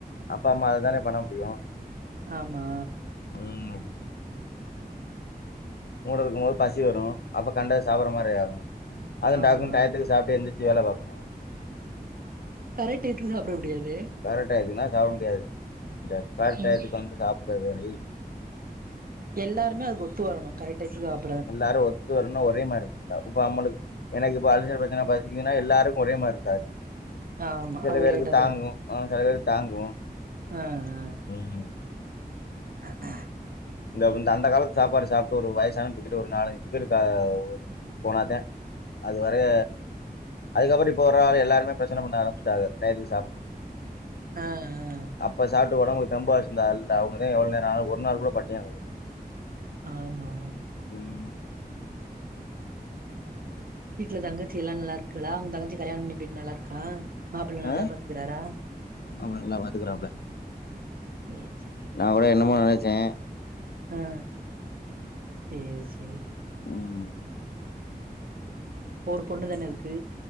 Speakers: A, on the left (about 75°); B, on the right (about 65°).
A: அப்பா அம்மா அத தான பண்ண முடியு
B: ஆமா
A: ம் மூட தூக்கும் போது பசி வரும் அப்ப கண்டது சாப்பற மாரி ஆகும் அது
B: ஆமா
A: டக்குன் டயத்துக்கு சாப்டு எந்திரச்சி வேல பாக்கணு
B: கரெக் டைத்துக்கு சாப்புட முடியாது
A: கரெக்ட் டையித்துக்குன்னா சாப்ப முடியாது இந்த கரெக்ட்டையத்துக்கு
B: ம்
A: வந்து சாப்ட மாரி
B: எல்லாருமே அதுக்கு ஒத்து வரணு கரட்டு டயத்துக்கு சாப்
A: எல்லாரு ஒத்து வரணு ஒரே மாரி இருக்க மாட்டா இப்ப நம்மளுக் எனக்கு இப்ப அல்சர் பிரச்சன பாத்தீங்கன்னா எல்லாருக்கு ஒரேமாரி இருக்காது
B: ஆமா
A: சில
B: அவங்க
A: பேருக்கு
B: லேட்டா
A: தாங்கு ஆஹ சில பேர்க் தாங்கு
B: ஹ ஹ
A: <inaudible>
B: அஹ
A: இந்த இந்த அந்த காலத்து சாப்பாடு சாப்புட்டு ஒரு வயசான டிக்கெட்டு ஒரு நாலஞ்சு டிக்கெட் க ஒ போனாதா அது வரய அதுக்கப்றோ இப்ப வர ஆளு எல்லாருமே பிரச்சன பண்ண ஆரம்பிச்சாடாங்க டயத்துக்கு சாப்புட்ணுன்னு
B: ஆ ஆ
A: அப்ப சாப்புட்டு ஒடம்ப தேம்பா வெச்சிருந்த ஆள்டா அவுங்களே டா எவ்வள் நேரோ அனாலு ஒரு நாள் கூட பட்டியாக் கெடக்றாங்க
B: ஆமா
A: ம்
B: வீட்ல தங்கச்சில்லா நல்லா இருக்காலா உங்க தங்கச்சி கல்யாணம் பண்ணி போட்டு நல்லா இருக்கா மாப்ள
A: ஆ
B: நல்லா பாத்துக்குறாரா
A: அப்ப நல்லா பாத்துக்கறாப்புல
B: சேர் சேரி
A: நா கூட என்னமோ நெனைச்சே
B: ஆ சேரி சேரி
A: ம்
B: இப்ப ஓர் பொண்ணு தானே இதுக்கு